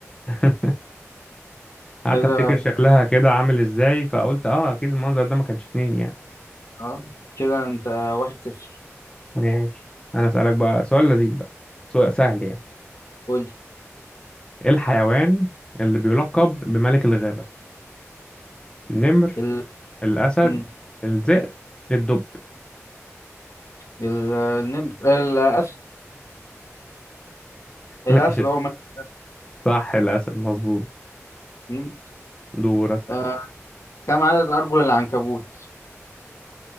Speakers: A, on the left; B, on the left.
A: <laughs> قعدت
B: كده
A: افتكر شكلها كده عامل ازاي فقلت اه اكيد المنظر ده ما كانش اتنين يعني
B: اه كده أنت واحد صفر
A: ماشي انا اسألك بقى سؤال لذيذ بقى سؤال سهل يعني
B: قول
A: ايه الحيوان اللي بيلقب بملك الغابة النمر
B: ال
A: الأسد
B: مم.
A: الذئب الدب
B: ال- النمر الأسد الأسد
A: <laughs> ماشي
B: هو ملك
A: صح الأسد مظبوط
B: مين؟
A: دورك
B: آه. كم عدد أرجل العنكبوت؟